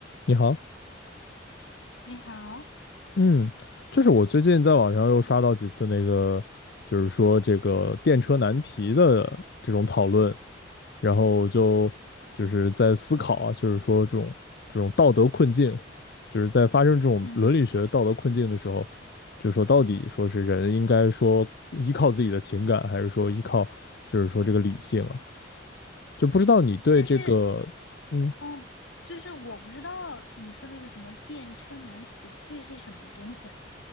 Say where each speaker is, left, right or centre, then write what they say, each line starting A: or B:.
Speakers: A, on the left (about 60°); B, on the left (about 85°).
A: 你好，
B: 你好，
A: 嗯，就是我最近在网上又刷到几次那个，就是说这个电车难题的这种讨论，然后就就是在思考啊，就是说这种这种道德困境，就是在发生这种伦理学道德困境的时候，
B: 嗯，
A: 就说到底说是人应该说依靠自己的情感，还是说依靠就是说这个理性啊？就不知道你对这个，
B: 但是，
A: 嗯，
B: 嗯，就是我不知道你说那个什么电车难题，这是什么东西啊？